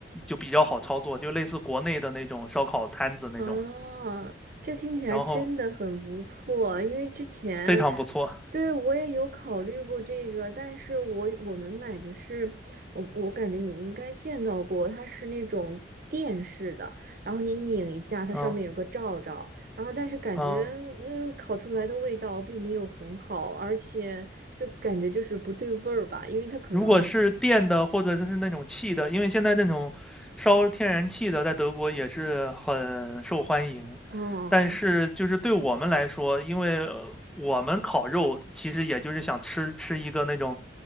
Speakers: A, in the centre; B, on the right.
A: 就比较好操作，就类似国内的那种烧烤摊子那种。
B: 哦，这听起来真的很不错，
A: 然后
B: 因为之前，
A: 非常不错，
B: 对，我也有考虑过这个，但是我我们买的是，我我感觉你应该见到过，它是那种电式的，然后你拧一下，它上面有个罩罩，
A: 嗯
B: 然后但是感觉，
A: 嗯。
B: 嗯，烤出来的味道并没有很好，而且就感觉就是不对味儿吧，因为它可能，
A: 如果是电的或者是那种气的，因为现在那种烧天然气的在德国也是很受欢迎，
B: 哦，
A: 但是就是对我们来说，因为呃我们烤肉其实也就是想吃吃一个那种